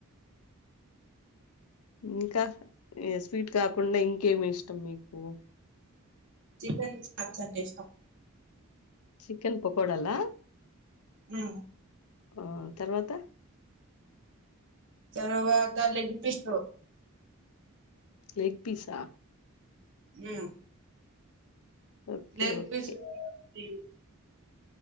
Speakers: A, on the left; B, on the right.
A: ఇంకా ఈ స్వీట్ కాకుండా ఇంకేమి ఇష్టం మీకు
B: చికెన్ చాప్స్ అంటే ఇష్టం
A: చికెన్ పకొడాలా
B: మ్మ్
A: ఆ తర్వాత
B: తర్వాత లెగ్ పీసు
A: లెగ్ పీసా
B: మ్మ్
A: ఓకే
B: లేెగ్
A: ఓకే
B: పీస్ ఆ అ